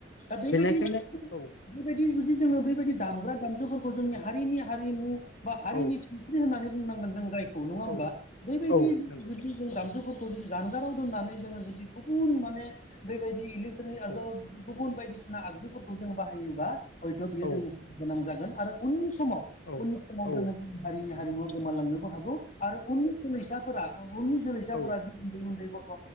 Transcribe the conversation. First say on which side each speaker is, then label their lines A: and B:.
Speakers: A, on the left; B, on the left.
A: दा बेबायदि
B: बेनिखायनो औ
A: बेबायदि जुदि जोङो बेबायदि दामग्रा
B: औ
A: दामजुफोरखौ जोंनि हारिनि हारिमु बा हारिनि
B: औ
A: सिनस्रि होननानै बुंनांगोन जों जायखौ नङा होमबा
B: औ
A: बेबायदि
B: औ नंगौ
A: जुदि जों दामजुफोरखौ जुदि जानगाराव दोन्नानै जोङो जुदि गुबुन माने बेबायदि <unintelligible>
B: औ
A: गु बुन बायदिसिना आगजुफोरखौ जों बाहायोबा हयथ' बियो
B: औ
A: जोंनि गोनां जागोन आरो उननि समाव
B: औ
A: उननि समाव
B: औ
A: जोङो हारिनि हारिमुवा गोमालांनोबो हागौ। आरो उननि जोलैसाफोरा उननि जोलैसाफोरा
B: औ
A: जि उन्दै उन्दै गथ'